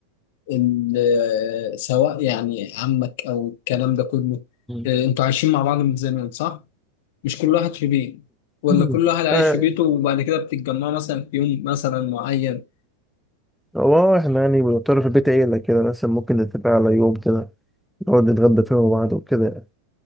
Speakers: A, on the left (about 50°); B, in the centre.
A: ال- سواء يعني عمك أو الكلام ده كله
B: مم.
A: آه، أنتوا عايشين مع بعض من زمان صح؟ مش كل واحد في بيت ولا
B: مم.
A: كل واحد عايش
B: آه،
A: في بيته وبعد كده بتتجمعوا مثلا في يوم مثلا معين
B: هو احنا يعني بنضطر في البيت عيلة كده مثلا ممكن نتفق على يوم كده نقعد نتغدى فيه مع بعض وكده يعني